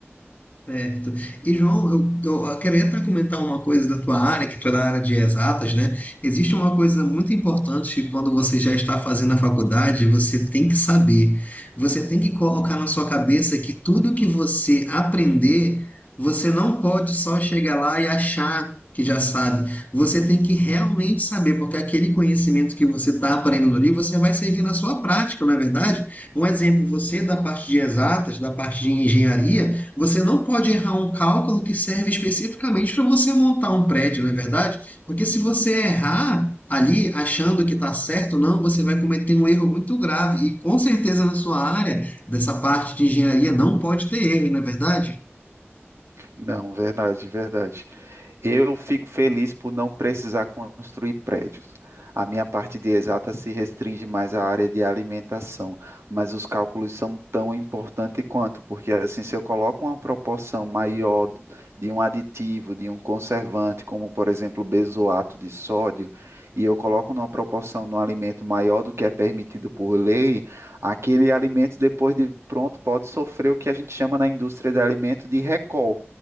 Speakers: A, on the left; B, on the right.
A: Certo. E, João, eu, eu queria até comentar uma coisa da tua área, que tu é da área de exatas, né? Existe uma coisa muito importante que quando você já está fazendo a faculdade, você tem que saber. Você tem que colocar na sua cabeça que tudo que você aprender, você não pode só chegar lá e achar que já sabe. Você tem que realmente saber, porque aquele conhecimento que você está aprendendo ali, você vai servir na sua prática, não é verdade? Um exemplo, você da parte de exatas, da parte de engenharia, você não pode errar um cálculo que serve especificamente para você montar um prédio, não é verdade? Porque se você errar ali achando que está certo, não, você vai cometer um erro muito grave. E com certeza na sua área, dessa parte de engenharia, não pode ter erro, não é verdade?
B: Não, verdade, verdade. Eu fico feliz por não precisar construir prédios. A minha parte de exata se restringe mais à área de alimentação, mas os cálculos são tão importantes quanto, porque assim, se eu coloco uma proporção maior de um aditivo, de um conservante, como por exemplo benzoato de sódio, e eu coloco numa proporção no alimento maior do que é permitido por lei, aquele alimento depois de pronto pode sofrer o que a gente chama na indústria de alimento de recall